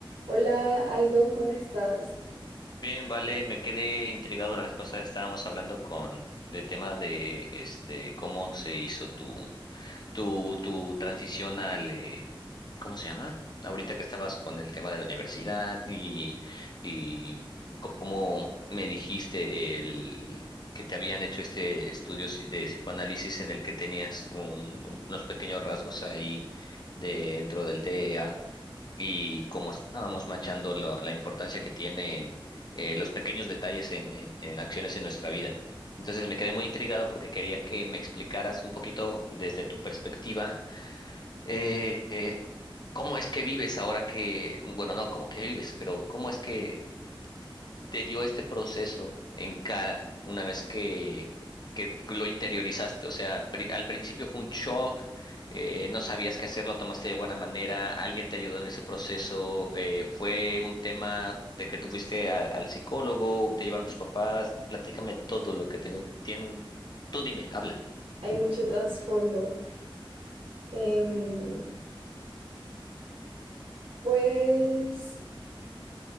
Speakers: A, on the right; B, on the left.
A: Hola Aldo, ¿cómo estás?
B: Bien, vale, me quedé intrigado la vez pasada, estábamos hablando con de tema de este cómo se hizo tu tu tu transición al eh, ¿cómo se llama? Ahorita que estabas con el tema de la universidad y y cómo me dijiste el que te habían hecho este estudio si- de psicoanálisis en el que tenías un- unos pequeños rasgos ahí dentro del t E a y como estábamos machando lo- la importancia que tienen eh, los pequeños detalles en, en- en acciones en nuestra vida. Entonces me quedé muy intrigado porque quería que me explicaras un poquito desde tu perspectiva eh, eh, cómo es que vives ahora que, bueno, no como que vives, pero cómo es que te dio este proceso en cara una vez que, que lo interiorizaste? O sea, pri- al principio fue un shock, eh, no sabías qué hacer, lo tomaste de buena manera, alguien te ayudó en ese proceso, eh, fue un tema de que tú fuiste a- al psicólogo, te llevaron tus papás, platícame todo lo que tengo, tien- tú dime, habla.
A: Hay mucho trasfondo. Em, pues